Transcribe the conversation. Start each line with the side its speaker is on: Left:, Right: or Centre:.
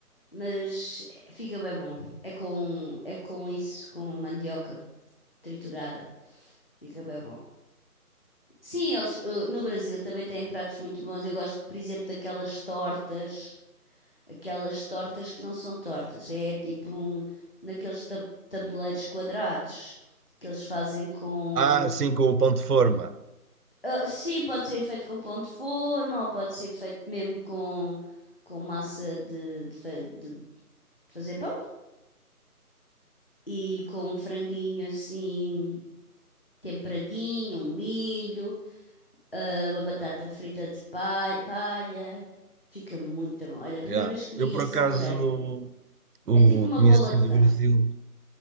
Left: Mas fica bem bom. É com, é com isso, com mandioca triturada. Fica bem bom. Sim, eles eh, no Brasil também têm pratos muito bons. Eu gosto, por exemplo, daquelas tortas, aquelas tortas que não são tortas, é tipo um, naqueles ta- tabuleiros quadrados que eles fazem com.
Right: Ah, sim, com o pão de forma.
Left: Ah, sim, pode ser feito com pão de forma ou pode ser feito mesmo com, com massa de, de, fa- de de fazer pão. e com um franguinho assim temperadinho, um milho, ah, uma batata frita de palha, palha. Fica muito bom. Olha, a primeira
Right: Yeah.
Left: vez que comi
Right: Eu, por
Left: isso,
Right: acaso,
Left: adorei.
Right: o,
Left: É tipo uma
Right: a comida
Left: bola
Right: assim
Left: de
Right: do
Left: carne.
Right: Brasil